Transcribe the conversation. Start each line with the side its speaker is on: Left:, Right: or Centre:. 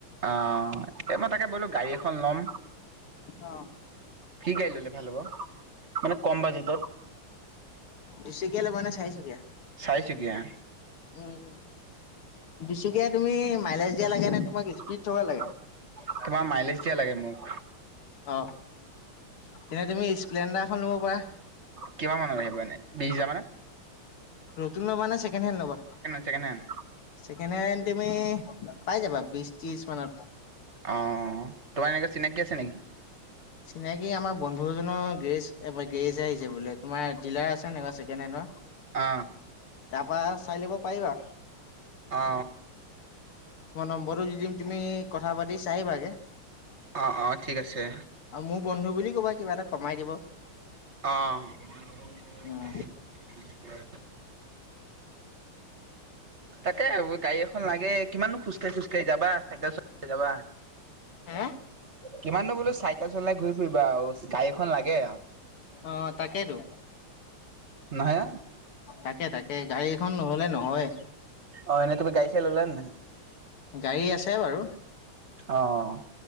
Right: অ' এ মই তাকে বোলো গাড়ী এখন লম।
Left: অ
Right: কি গাড়ী ললে ভাল হ'ব মানে কম বাজেটত?
Left: দুচকীয়া লব নে চাৰিচকীয়া?
Right: চাৰিচকীয়া।
Left: উম, দুচকীয়া তুমি মাইলেজ দিয়া লাগে নে তোমাক স্পীড
Right: তোমাৰ
Left: থকা লাগে?
Right: মাইলেজ দিয়া লাগে মোক।
Left: অ' তেনে তুমি স্প্লেণ্ডাৰ এখন ল'ব পাৰা।
Right: কিমান মানত আহিব এনেই <unintelligible>
Left: নতুন লবা নে, ছেকেণ্ডহেণ্ড লবা?
Right: ছেকেণ্ড হেণ্ড
Left: ছেকেণ্ড হেণ্ড তুমি পাই যাবা বিশ ত্ৰিশ মানত।
Right: অ' তোমাৰ এনেকা চিনাকি আছে নেকি?
Left: চিনাকি আমাৰ বন্ধুজনৰ গেৰেজ-গেৰেজ আহিছে বোলে তোমাৰ ডিলাৰ আছে এনেকুৱা ছেকেণ্ড হেণ্ডৰ।
Right: অ
Left: তাৰপা চাই লব পাৰিবা?
Right: অ
Left: মই নম্বৰটো দি দিম তুমি কথা পাতি চাই আহিবাগে।
Right: অ অ ঠিক আছে
Left: আৰু মোৰ বন্ধু বুলি কবা কিবা এটা কমাই দিব।
Right: অ'। <unintelligible>
Left: উম
Right: তাকে গাড়ী এখন লাগে কিমান নো খোজ কাঢ়ি, <unintelligible> কাঢ়ি যাবা চাইকেল চলাই যাবা।
Left: হে
Right: কিমাননো বোলো চাইকেল চলাই ঘূৰি ফুৰিবা আৰু গাড়ী এখন লাগে।
Left: অ' তাকেতো।
Right: নহয় ন?
Left: তাকে, তাকে গাড়ী এখন নহলে নহয়।
Right: অ' এনে তুমি গাড়ি চাৰি ললা নাই।
Left: গাড়ী আছে বাৰু।
Right: অ'